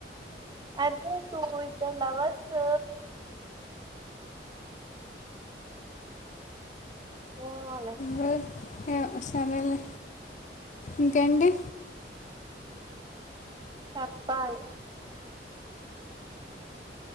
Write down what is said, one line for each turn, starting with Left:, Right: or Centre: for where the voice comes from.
Right: అది టు వి ట్వల్ అవర్స్. ఏమోలే.
Left: వేయ్. సరేలే ఇంకేంటి.
Right: చెప్పాల్.